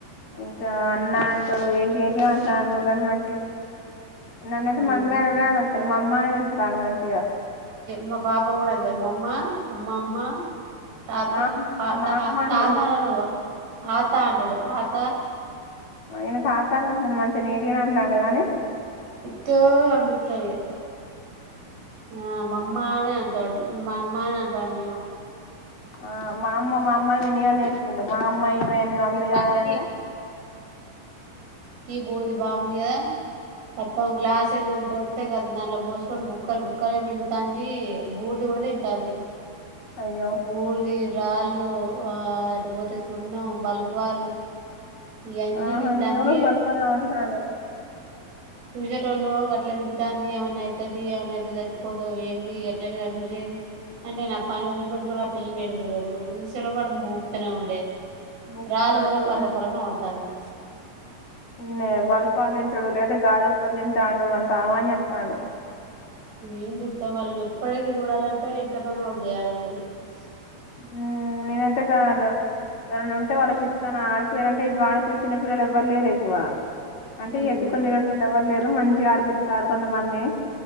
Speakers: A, on the left; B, on the right.
A: ఇంకా అన్న అంట ఏంటి అంత అని మ న్నతే
B: హ్మ్.
A: మమ్అ మమ్మానే వెళుతను మంచి
B: మా పాప కూడా అంద మామ్మా అమ్మా అమ్మా తాత
A: మా అమ్మ
B: ఆ
A: మా
B: త
A: అమ్మ అంటాడు
B: తాత అన్నారువవా ఆత అంటాడు ఆత
A: ఆయన తాతా అనేది అంటాడు మంచిగా నేటినే అంటాడు కాగానీ
B: ఇటు అని పిలుతాడుఇహ ఆ మామ్మానే అంటాడు న మా అమ్మానే అంటాడు న
A: ఆ మామ్మ మామ విని నేర్పి ఉడు మామ్మయి మేమి మమ్మీగా
B: ఈ మట్టి
A: అంటే
B: బూడది బాగుంది కదా మొత్తం గ్లాస్ ఏద అంతే కదా దాంట్లో పోసుకొని బుక్కలు బుక్కలు మింగతంది బూర్ది కూడా తింటుంది
A: అయ్యో
B: బుడిది రాళ్ళు ఆ అటు పోతే సున్నం బల్పాలు ఇవన్నీ
A: ఆహా
B: తింటాంది
A: ఈయన కూడా పొలపల్లా ఉంటాడు
B: చూసేటోళ్ళు అట్లా తింటాంది ఎమనవుతుది ఎవనైతే సచ్చిపోతుంది ఏంది అట్ల చూసేది అంటే నిన్ పని వదిలి పెట్టుకొని ఆ పిల్లని ఎడ చూడను ఇటు చూసే లోపు భూక్తనే ఉండే
A: బుక్కరు
B: రాళ్లు కూడా పర్ర పర నములుతాంది
A: ఈయనే బల్పాలు తింటడు లేదా గాజోప్పుళ్ళు తింటాండు అంత ఆగంచేత్తండు
B: ఏం చెప్తావ్ వాళ్ళని ఎప్పటికి చూడాలంటే ఇంట్ల పని ఎవరు చేయాలి మరి
A: ఉమ్ నేనైతే కావాల ఎవరని ఉంటే వాళ్ళకి ఇస్తాను ఆడిపోయారుంటే ఇటు వాళ్ళకి చిన్న పిల్లలు ఎవ్వరు లేరు ఎక్కువ అంటే
B: ఉమ్,
A: ఎత్తుకొని తిరిగేటోళ్లు ఎవరు లేరు మంచిగా ఆడిపిస్తారు కొంతమంది